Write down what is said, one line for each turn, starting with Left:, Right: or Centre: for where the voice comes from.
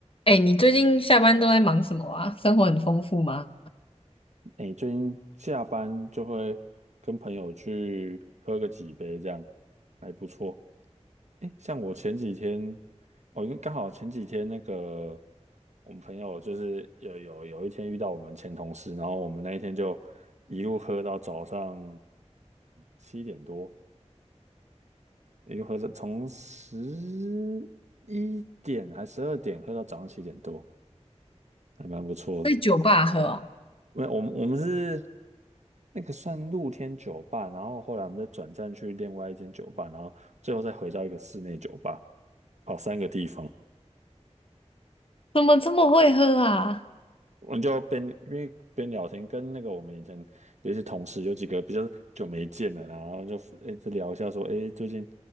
Left: 哎，你最近下班都在忙什么啊？生活很丰富吗？
Right: 哎，最近下班就会跟朋友去喝个几杯，这样还不错。哎，像我前几天，哦，因为刚好前几天那个我们朋友就是有有有一天遇到我们前同事，然后我们那一天就一路喝到早上七点多，一路喝到从十一点还十二点喝到早上七点多，还蛮不错的。
Left: 在酒吧喝啊？
Right: 没有，我们我们是那个算露天酒吧，然后后来我们再转战去另外一间酒吧，然后最后再回到一个室内酒吧，跑三个地方。
Left: 怎么这么会喝啊？
Right: 我们就边因为边聊天，跟那个我们以前有一些同事，有几个比较久没见了，然后就一直聊一下说，哎，最近